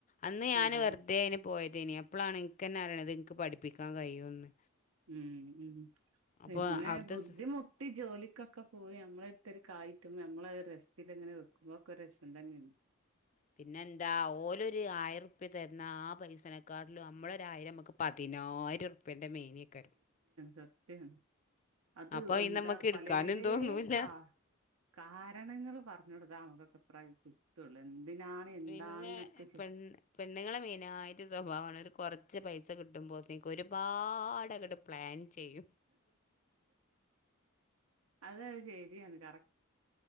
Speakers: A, on the left; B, on the right.
A: അന്ന് ഞാന്
B: അതെ
A: വെറുതെയിന് പോയതേനി അപ്പളാണ് ഇനക്കന്നെ അറിണത് ഇന്ക്ക് പഠിപ്പിക്കാൻ കഴിയുമെന്ന്
B: ഉം ഉം പിന്നെ
A: അപ്പോൾ അവിടുത്തെ
B: ബുദ്ധിമുട്ട
A: സ്-
B: മുട്ടി ജോലിക്കൊക്കെ പോയി നമ്മളെടുത്തൊരു കായ് കിട്ടുമ്പോ നമ്മള ഒരു രസത്തിൽ ഇങ്ങനെ വെക്കുമ്പോക്കെ രസം തന്നെണ് <inaudible>
A: പിന്നെന്താ ഓലോ ഒരു ആയിരർപ്യ തര്ന്ന ആഹ് പൈസനെക്കാട്ടും നമ്മളൊരായിരം നമുക്ക് പതിനായിരർപ്യന്റെ മേലേകാരം
B: സത്യാണ് അത്
A: അപ്പോൾ
B: എന്താ
A: ഇന്ന് നമുക്ക് എടുക്കാനും
B: പലേ
A: തോന്നൂല
B: കാ കാരണങ്ങൾ പറഞ്ഞോട്താ നമുക്കൊക്കെ ഇത്ര കിട്ടുള്ളു എന്തിനാണ് എന്താണ്
A: പിന്നെ
B: ചോയ്ക
A: പെണ്ണ് പെണ്ണുങ്ങളെ മെയിനായിട്ട് സ്വഭാവമാണ് ഒരു കുറച്ച് പൈസ കിട്ടുമ്പോഴത്തേക്ക് ഒരുപാടെങ്ങട്ട് പ്ലാൻ ചെയ്യും
B: അതത് ശരിയാണ് കറക്റ്റ്